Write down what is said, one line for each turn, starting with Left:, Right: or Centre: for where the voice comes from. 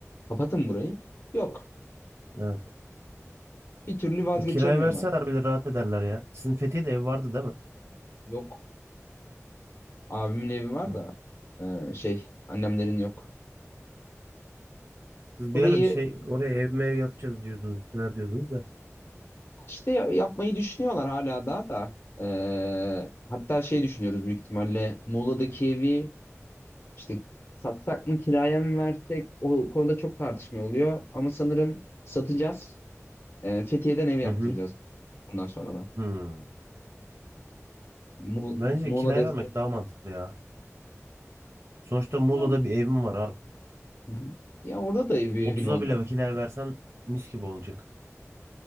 Left: Kapatın burayı. Yok.
Right: Evet.
Left: Bir türlü vazgeçemiyorlar.
Right: E, kiraya verseler bile rahat ederler ya. Sizin Fethiye'de ev vardı değil mi?
Left: Yok. Abimin evi var
Right: Hı.
Left: da e, şey annemlerin yok.
Right: Siz
Left: Burayı
Right: bir ara bir şey oraya ev mev yapacağız diyordunuz, bir şeyler diyordunuz da.
Left: işte ya- yapmayı düşünüyorlar hala daha da. E, hatta şey düşünüyoruz büyük ihtimalle Muğla'daki evi işte satsak mı kiraya mı versek o konuda çok tartışma oluyor. Ama sanırım satacağız. E, Fethiye'den ev yaptıracağız
Right: Hı hı.
Left: bundan sonra da.
Right: Hmm.
Left: Mu
Right: Bence
Left: Muğla
Right: kiraya
Left: Defter.
Right: vermek daha mantıklı ya. Sonuçta Muğla'da
Left: Tamam.
Right: bir evim var abi.
Left: Hı hı. Ya orada da ev, bir
Right: Otuz'a
Left: evin olacak.
Right: bile kiraya versen mis gibi olacak.